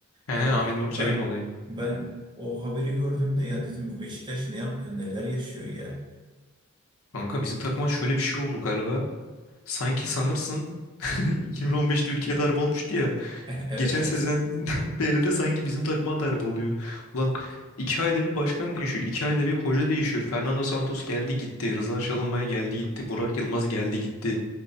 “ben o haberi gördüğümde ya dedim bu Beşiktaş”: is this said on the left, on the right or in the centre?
Right